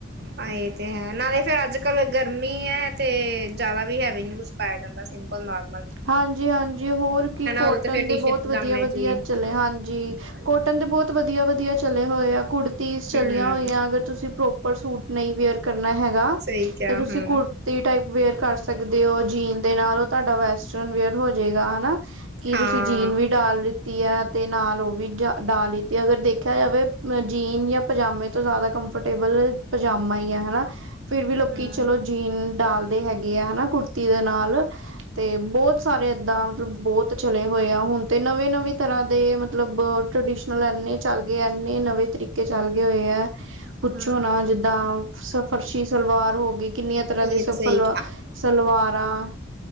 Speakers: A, on the right; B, on the right.
A: ਹਾਂ ਇਹ ਤੇ ਹੈ, ਨਾਲੇ ਫਿਰ ਅੱਜ-ਕੱਲ ਗਰਮੀ ਐ, ਤੇ ਜ਼ਿਆਦਾ ਵੀ ਹੈਵੀ ਨੀ ਕੁਛ ਪਾਇਆ ਜਾਂਦਾ। ਸਿੰਪਲ, ਨਾਰਮ
B: ਹਾਂਜੀ-ਹਾਂਜੀ, ਹੋਰ ਕੀ ਕੋਟਨ
A: ਉਦੋਂ ਤੇ ਫੇਰ
B: ਦੇ
A: ਟੀ ਸ਼ਰਟ
B: ਬਹੁਤ
A: ਪਜਾਮੇ
B: ਵਧੀਆ-ਵਧੀਆ
A: ਚ ਹੀ
B: ਚਲੇ ਹਾਂਜੀ,
A: ਹਾਂਜੀ
B: ਕੋਟਨ ਦੇ ਬਹੁਤ ਵਧੀਆ-ਵਧੀਆ ਚਲੇ ਹੋਏ ਆ, ਕੁੜਤੀਸ ਚਲੀਆਂ
A: ਹਮ
B: ਹੋਈਆਂ, ਅਗਰ ਤੁਸੀਂ ਪ੍ਰੋਪਰ ਸੂਟ ਨਹੀਂ ਵੇਅਰ ਕਰਨਾ ਹੈਗਾ,
A: ਸਹੀ ਕਿਹਾ
B: ਤੇ ਤੁਸੀਂ
A: ਹਮ
B: ਕੁੜ ਤੀ ਟਾਈਪ ਵੇਅਰ ਕਰ ਸਕਦੇ ਓ, ਜੀਨ ਦੇ ਨਾਲ ਉਹ ਤੁਹਾਡਾ ਵੈਸਟਰਨ-ਵੇਅਰ ਹੋਜੇਗਾ, ਹਨਾ। ਕੀ
A: ਹਾਂ
B: ਤੁਸੀਂ ਜੀਨ ਵੀ ਡਾਲ ਲੀਤੀ ਐ, ਤੇ ਨਾਲ ਉਹ ਵੀ ਡਾਲ ਲੀਤੀ, ਅਗਰ ਦੇਖਿਆ ਜਾਵੇ ਅ ਜੀਨ ਯਾ ਪਜਾਮੇ ਤੋਂ ਜ਼ਿਆਦਾ ਕੰਫਰਟੇਬਲ, ਪਜਾਮਾ ਈ ਐ‌ ਹਨਾ। ਫਿਰ ਵੀ ਲੋਕੀ
A: ਹਮ
B: ਚਲੋ, ਜੀਨ ਡਾਲਦੇ ਹੈਗੇ ਆ ਹਨਾ ਕੁੜਤੀ ਦੇ ਨਾਲ, ਤੇ ਬਹੁਤ ਸਾਰੇ ਐਦਾਂ, ਮਤਲਬ ਬਹੁਤ ਚਲੇ ਹੋਏ ਆ, ਹੁਣ ਤੇ ਨਵੀਂ- ਨਵੀਂ ਤਰ੍ਹਾਂ ਦੇ ਮਤਲਬ ਟਰਡੀਸ਼ਨਲ ਇੰਨੀ ਚੱਲ ਗਈ, ਇੰਨੇ ਨਵੇਂ ਤਰੀਕ ਕੇ ਚਲ ਗਏ ਹੋਏ ਐ, ਪੁਛੋ
A: ਹਮ
B: ਨਾ ਜਿੱਦਾਂ, ਸਫਰਸ਼ੀ ਸਲਵਾਰ ਹੋ ਗਈ। ਕਿੰਨੀਆਂ ਤਰ੍ਹਾਂ
A: ਇਹ
B: ਦੀਆਂ, ਸ
A: ਸਹੀ
B: ਫਲਵ ਸਲਵਾਰਾਂ।